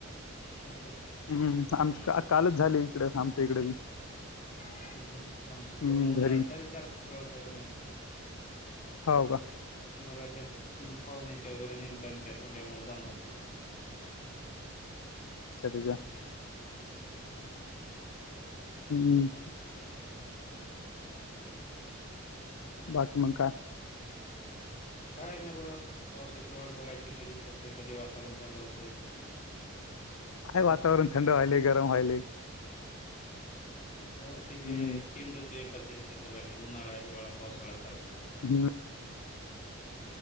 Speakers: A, on the left; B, on the left.
A: हा सत
B: हम्म आम कालच झाली इकडे आमच्या इकडेी
A: हम्म आमच्या
B: हम्म
A: पूर्ण उन्हाळा
B: घरी
A: चाले चार पाच वेळा महिन्यात
B: हो का
A: बरा त्या पाहुण्याच्या वगैरे निमता त्या दधोंड्यामुळे जाणं होते
B: अच्छ तच्याे
A: हम्
B: हम्म बाकी मग काय
A: काय नाही बघ आता पावसाची वाट बघायची कधी पडते कधी वातावरण थंड होते हम्म
B: काय वातावरण थंड व्हायले गरम व्हायले
A: हो ते
B: हम्म
A: तीन ऋतू एकाच ह्याच्यात बघायला उन्हाळा हिवाळा पावसाळ्या सारखं
B: हम्